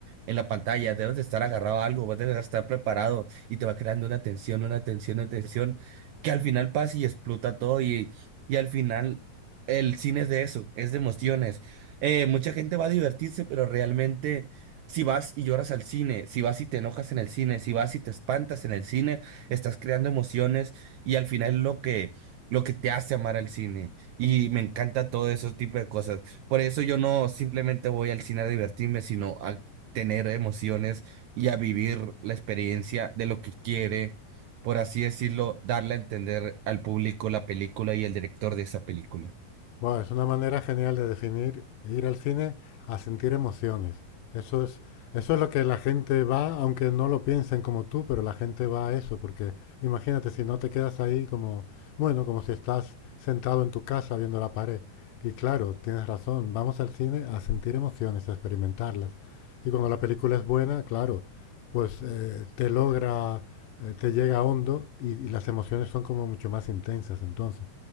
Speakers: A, on the right; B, on the left.
A: en la pantalla, debes de estar agarrado a algo, vas a estar preparado y te va creando una tensión, una tensión, una tensión, que al final pasa y explota todo y, y al final el cine es de eso, es de emociones. Eh, mucha gente va a divertirse, pero realmente... Si vas y lloras al cine, si vas y te enojas en el cine, si vas y te espantas en el cine, estás creando emociones y al final lo que lo que te hace amar al cine. Y me encanta todo ese tipo de cosas. Por eso yo no simplemente voy al cine a divertirme, sino a tener emociones y a vivir la experiencia de lo que quiere, por así decirlo, darle a entender al público la película y el director de esa película.
B: Bueno, es una manera genial de definir ir al cine a sentir emociones. Eso es, eso es lo que la gente va, aunque no lo piensen como tú, pero la gente va a eso, porque imagínate si no te quedas ahí como, bueno, como si estás sentado en tu casa viendo la pared. Y claro, tienes razón, vamos al cine a sentir emociones, a experimentarlas. Y cuando la película es buena, claro, pues eh, te logra, eh, te llega hondo y y las emociones son como mucho más intensas entonces.